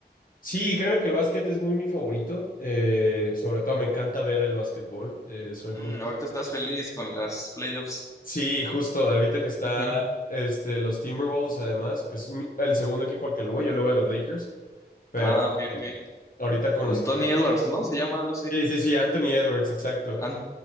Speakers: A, on the left; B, on the left.
A: Sí, créeme que el básquet es muy mi favorito. eh, sobre todo me encanta ver el básquetbol. eh, soy
B: Mm,
A: muy...
B: ahorita estás feliz con las playoffs.
A: Sí, justo, ahorita que están
B: Ajá.
A: este, los Timberwolves, además, que es mi- el segundo equipo al que le voy, yo le voy a los Lakers, pero
B: Ah, ok, ok.
A: ahorita con
B: Con
A: los Timberwolves.
B: Tony Edwards, ¿no? Se llama algo así.
A: Sí, sí, sí, Anthony Edwards, exacto.
B: Ant-